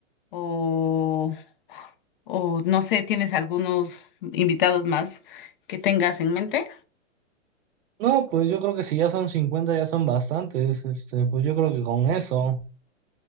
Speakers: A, on the left; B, on the right.
A: o, o no sé, ¿tienes algunos invitados más que tengas en mente?
B: No, pues yo creo que si ya son 50 ya son bastantes. Este, pues yo creo que con eso.